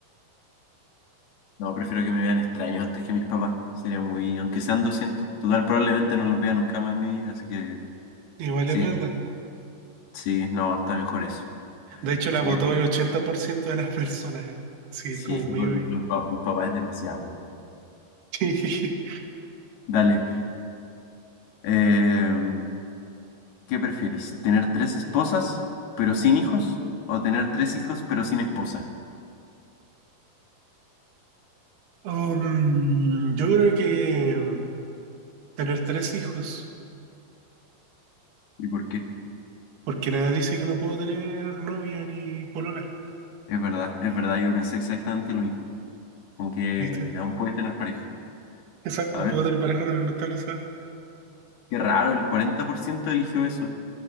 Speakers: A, on the left; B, on the right.
A: No, prefiero que me vean extraño antes que mis papás. Sería muy. Aunque sean 200. Total, probablemente no los vea nunca más en mi vida, así que.
B: Igual
A: Sí,
B: es verdad.
A: sí, no, está mejor eso.
B: De hecho,
A: Sí,
B: la votó el 80% de las <laughs> personas. eh. Sí,
A: sí,
B: es como
A: es
B: muy...
A: que con los, pa- los papás es demasiado.
B: <laughs>
A: Dale. eh, ¿qué prefieres? ¿Tener tres esposas, pero sin hijos? ¿O tener tres hijos, pero sin esposa?
B: Um, yo creo que mm, tener tres hijos,
A: ¿Y por qué?
B: porque nada dice que no puedo tener novia ni polola,
A: Es verdad, es verdad, yo pensé exactamente lo mismo. Aunque
B: ¿viste?
A: aún puedes tener pareja.
B: Exacto,
A: A ver.
B: puedo tener pareja, pero no está casada.
A: Qué raro, el 40% eligió eso.